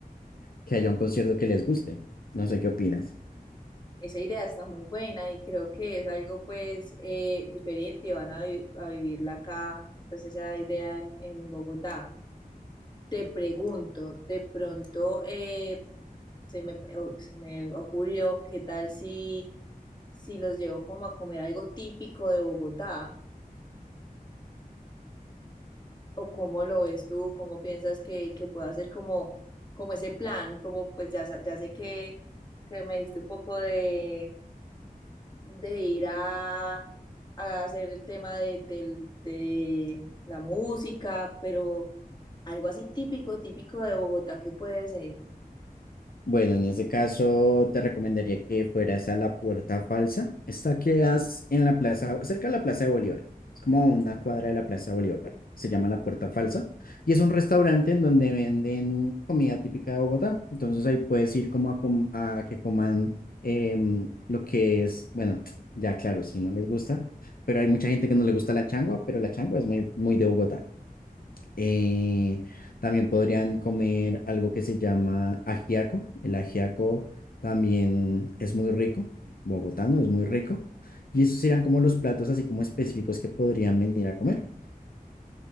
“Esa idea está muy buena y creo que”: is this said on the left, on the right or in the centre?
Left